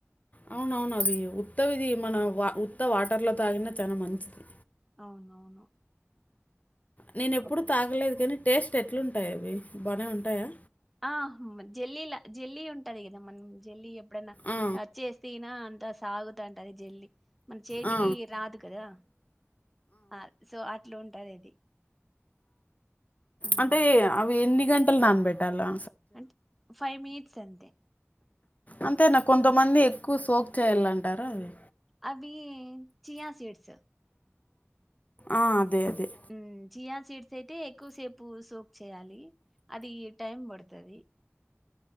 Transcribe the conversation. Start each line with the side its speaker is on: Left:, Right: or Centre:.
Left: అవునవును అది ఉత్త ఇది మన వా ఉత్త వాటర్లో తాగిన చాన మంచిది
Centre: అవునవును
Left: నేన ఎప్పుడూ
Centre: ఓకే
Left: తాగలేదు కానీ టేస్ట్ ఎట్లుంటాయి అవి బానే ఉంటాయా
Centre: ఆ జల్లీలా జల్లి ఉంటది కదా మనం జల్ ఎప్పుడైనా
Left: ఆ,
Centre: టచ్ చేతిన అంత సాగుతాంటది జెల్లి మన చేతికి
Left: ఆ,
Centre: రాదు కదా ఆ సో అట్లు ఉంటాది ఇది ఉమ్,
Left: అంటే అవి ఎన్ని గంటలు నానిబెట్టాలా
Centre: అంట్ ఫైవ్ మినిట్స్ అంతే
Left: అంతే నా కొంతమంది ఎక్కువ సోక్ చేయాలంటార అది
Centre: అవి చియా సీడ్స్
Left: ఆ అదే అదే
Centre: ఉమ్ చీయ సీడ్స్ అయితే ఎక్కువసేపు సోక్ చేయాలి అది టైం పడుతది.